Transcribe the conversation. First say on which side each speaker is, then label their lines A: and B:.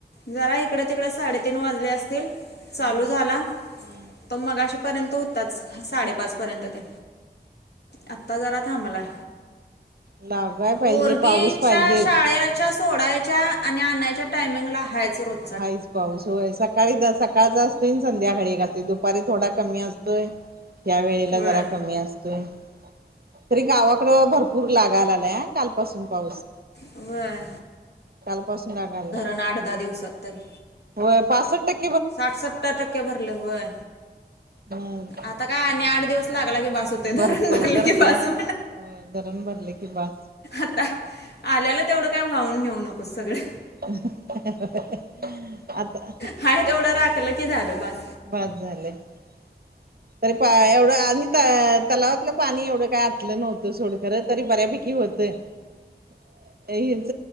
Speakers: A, on the left (about 75°); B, on the right (about 60°).
A: जरा इकड तिकडें साडेतीन वाजले असतील चालू
B: हम्म
A: झाला.
B: हम्म
A: तो मग अशे पर्यंत होताच साडेपाच पर्यंत ते. आता जरा थांबलाय
B: लागाय पाहिजे
A: पोरगीच्या
B: पाऊस पाहिजेच.
A: शाळेला. च्या सोडायच्या आणि आणायच्या टायमिंगला हायच रत.
B: हाच पाऊस होय सकाळी सकाळचा असतो संध्याकाळी घ असते दुपारी थोडा कमी असत. या वेला
A: वय
B: जरा कमी असतोय तरी गावाकड भरपूर. पूर लागायला आलाय काल पासून पाऊस
A: वय
B: काल पासून लागाला.
A: आठधदा दिवसात. तरी.
B: हो पासष्ट टक्क.
A: साठसत्तर टक्के भरले होय
B: हम्म
A: आता काय आणि आठ दिवस लागला कि बासु. ते
B: भरतय
A: धरण बनले
B: तर
A: क
B: काय.
A: पाासव
B: होय धरण भरले की बास
A: आता. आल्याला तेवढं काय व्हाहून नेऊ नकोस सगळं.
B: <unintelligible> आता
A: हा ते एवढं राखलं की झालं बस.
B: बाद झाले. <inaudible> तरी पा एवढं आणि त तलावातलं पाणी एवढं काय आटलं नव्हतं सोडखं तरी बऱ्यापैकी होतं. <inaudible> हिच